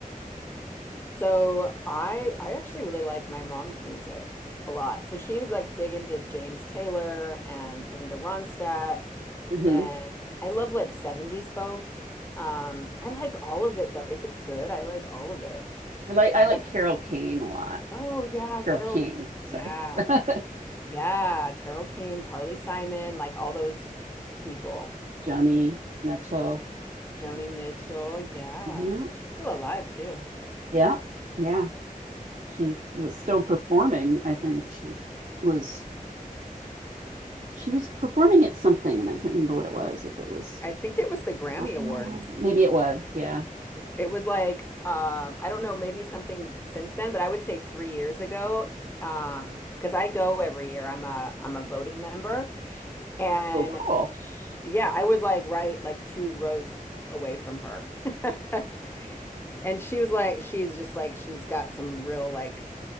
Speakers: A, on the left; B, on the right.
A: So I I actually really like my mom's music a lot. So she was like big into James Taylor and Linda Ronstadt
B: hmm
A: and I love like 70s folk. Um I like all of it though. If it's good, I like all of it.
B: I like I
A: But
B: like Carol Kane a lot.
A: oh yeah,
B: Carol
A: Carol
B: King, sorry.
A: yeah.
B: <laughs>
A: Yeah, Carol King, Carly Simon, like all those people.
B: Joni Mitchell.
A: Joni Mitchell, yeah.
B: Yeah.
A: She's still alive too.
B: Yeah. Yeah. She was still performing. I think she was she was performing at something, and I can't remember what it was. If it was
A: I think it was the Grammy
B: Rock and
A: Awards.
B: Roll Hall, of Fame- maybe it was. Yeah.
A: It was like um, I don't know, maybe something since then, but I would say three years ago, um, because I go every year. I'm a I'm a voting member, and
B: Oh, cool.
A: sh yeah, I was like right like two rows away from her, <laughs> and she was like, she's just like she's got some real like